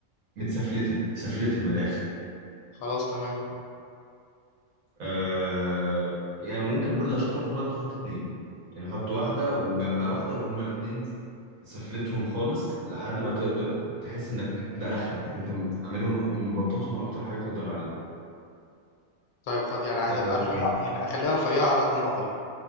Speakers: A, on the right; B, on the left.
A: متسفلتة سفلتها من الآخر
B: خلاص تمام،
A: آه يعني ممكن برضه عشان توفر وقت تحط اتنين يعني حط واحدة وجنبها واحدة وهما الاتنين سفلتهم خالص لحد ما تقدر تحس انك ده اخرك انت عاملهم مبططهم اكتر حاجة تقدر عليها
B: طيب خ يعني هتبقى
A: آه
B: رفيعة يعني أخليها رفيعة على قد ما أقدر يعني.